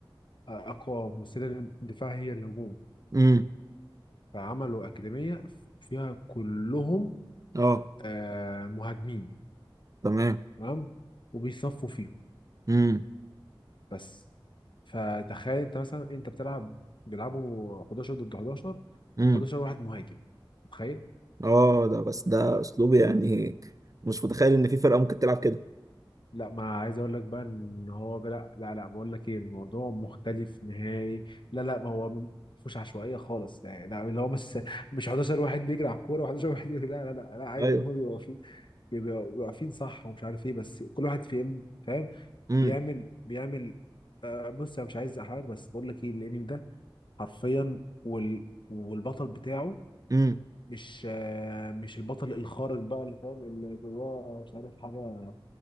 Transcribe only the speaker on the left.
اقوى ممثله الدفاع هي الهجوم
فعملوا اكاديميه فيها كلهم
آه، مهاجمين
تمام وبيصفوا فيهم
بس فتخيل انت مثلا انت بتلعب بيلعبوا 11 ضد 11
11 واحد مهاجم متخيل
آه
لا ما عايز اقول لك بقى ان هو لا لا لا بقول لك ايه الموضوع مختلف نهائي لا لا ما هو مش عشوائيه خالص لا لا، اللي هو مش مش 11 واحد بيجري على الكوره و11 واحد <laughs> لا لا لا لا عادي
هم بيبقوا واقفين بيبقوا بيبقوا واقفين صح ومش عارف ايه بس كل واحد فيهم فاهم
بيعمل بيعمل آه بص انا مش عايز احرج بس بقول لك ايه الانمي ده حرفيا وال... والبطل بتاعه
مش آه، مش البطل الخارق بقى اللي فاهم اللي جواه مش عارف حاجة